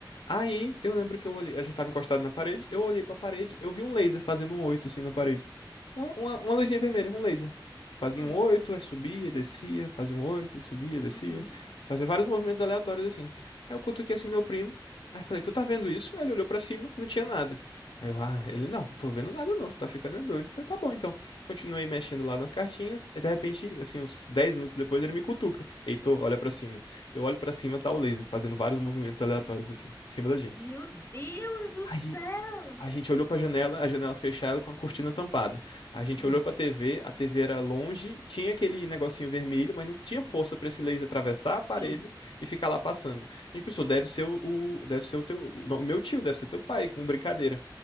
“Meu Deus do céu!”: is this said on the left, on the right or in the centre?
Left